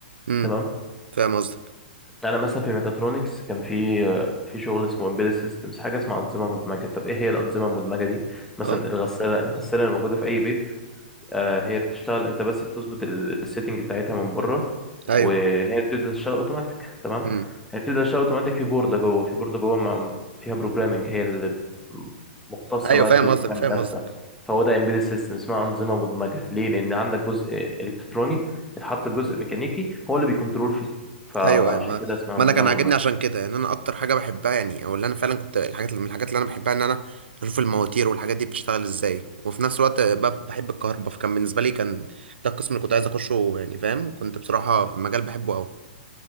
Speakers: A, on the right (about 80°); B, in the centre.
A: امم
B: تمام
A: فاهم قصدك
B: انا مثلا في ميكاترونكس كان في في شغل اسمه امبيدد سيستمز حاجه اسمها انظمه مدمجه طب ايه هي الانظمه المدمجه دي مثلا
A: اه
B: الغساله الغساله اللي موجوده في اي بيت آه، هي بتشتغل انت بس بتظبط ال- السيتنج بتاعتها من بره
A: ايوه
B: وهي بتبدا تشتغل اوتوماتيك تمام
A: امم
B: هي بتبدا تشتغل اوتوماتيك في بورده جوه في بورده جوه مع- فيها بروجرامنج هي اللي ب- مختصه
A: ايوه
B: بقى
A: فاهم
B: تدور
A: قصدك
B: تعمل
A: فاهم
B: نفسها
A: قصدك
B: فهو ده امبيدد سيستم اسمها انظمه مدمجه ليه لان عندك جزء الكتروني اتحط جزء ميكانيكي هو اللي بيكنترول فيه فعشان
A: ايوه ايوه ما,
B: كده اسمها
A: ما
B: انظمه
A: انا كان عاجبني
B: مدمجه
A: عشان كده يعني انا اكتر حاجه بحبها يعني او اللي انا فعلا كنت الحاجات من الحاجات اللي انا بحبها ان انا اشوف المواتير والحاجات دي بتشتغل ازاي وفي نفس الوقت ب- بحب الكهرباء فكان بالنسبه لي كان ده القسم اللي كنت عايز اخشه يعني فاهم كنت بصراحه في المجال بحبه قوي